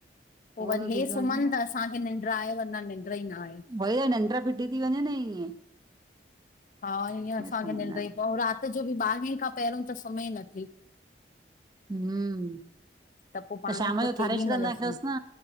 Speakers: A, on the left; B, on the right.
A: पो वरी
B: त
A: हे
B: थी थो
A: सुमन
B: वञे न
A: अस असांखे निंड्र आहे, वरना निंड्र ई ना हे।
B: होई या निंड्र फिटी ती वंञें न ईयें।
A: हा ईअं असांखे
B: सुम्हंदा
A: निंड्र
B: आहिनि
A: ई कोन, अंउं रात जो बि ॿारहें खां पहिरियों त सुम्हे नथी
B: हम्म
A: त पो पांण,
B: शाम
A: पो
B: जो
A: केॾीमल
B: ठाहे छॾंदासि
A: सुम,
B: न